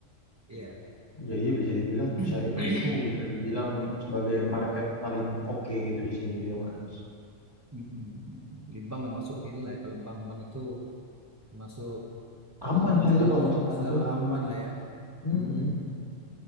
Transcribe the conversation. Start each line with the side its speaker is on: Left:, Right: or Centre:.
Right: Iya.
Left: Jadi bisa dibilang
Right: <clears throat>
Left: syariah itu bisa dibilang sebagai market paling oke gitu di sini gitu mas.
Right: Mm-mm. Di bank nggak masuk inilah ya, kalau bank-bank itu masuk
Left: Aman lah
Right: selalu
Left: itu kalau masuk bantu.
Right: selalu aman lah ya.
Left: Mm
Right: Mm-mm.